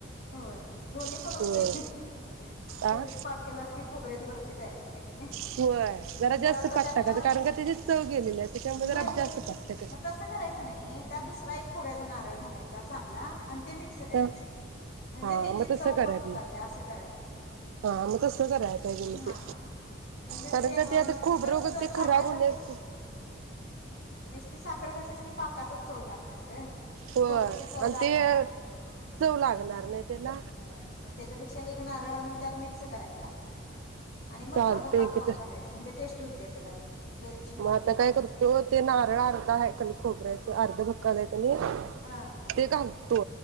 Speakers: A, on the left (about 55°); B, on the right (about 90°).
A: होय दोन्ही
B: होय
A: पण होतय
B: आ
A: पाक केलास कि खोबऱ्याची बर्फी तयार होतीया की
B: होय जरा
A: जरासं
B: जास्त पाक
A: त्यातला
B: टाकायचं कारण का त्याची चव गेलेली आहे त्याच्यामुळे जरा
A: नाही
B: जास्त पाक टाकायचं
A: मग तसं करायचं नाही त्यात दुसरा एक खोबऱ्याचा नारळ घालायचा. चांगला. आणि ते मिक्स करायच.
B: तर
A: म्हणजे
B: हा
A: तची
B: मग
A: चव
B: तसं करा
A: पण उतरते
B: ते
A: अस करायच
B: हा मग तसं करायला पाहिजे मग
A: हा
B: ते
A: म्हणजे
B: कारण
A: ते
B: का आता
A: नसतच
B: खोबरं वगैरे ते
A: साखर
B: खराब होण्यास
A: घातली नती साखर घातलीस की पाकाच चव लागणार ग
B: होय
A: खोबऱ्याची चव
B: आणि
A: लागणार
B: ते
A: नाही.
B: चव लागणार नाही त्याला
A: होय मग त्याच्यापेक्षा एक नारळ आणून त्यात मिक्स करायचा. आणि मग
B: चालतय
A: थोडं पाक करून
B: की
A: घालायचं म्हणजे टेस्ट होते त्याला व्यवस्थित वेलची पूड
B: म आता
A: तेन घातलीस
B: काय करतो
A: की
B: ते नारळ आर्धा हाय कनी खोबऱ्याच आर्ध भ -- आणि एक आणि
A: हा
B: ते घालतो.